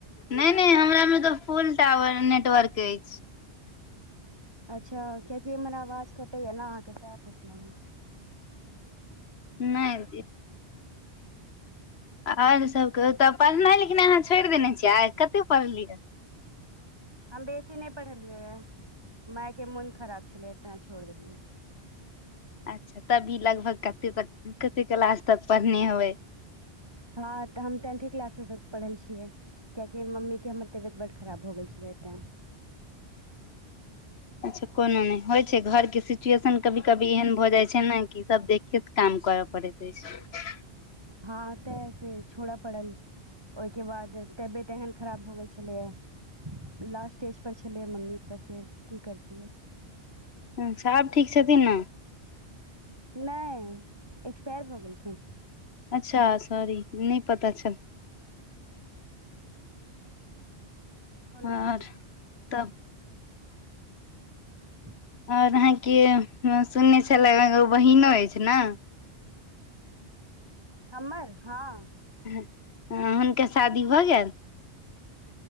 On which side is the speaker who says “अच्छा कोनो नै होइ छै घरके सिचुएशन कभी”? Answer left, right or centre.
Left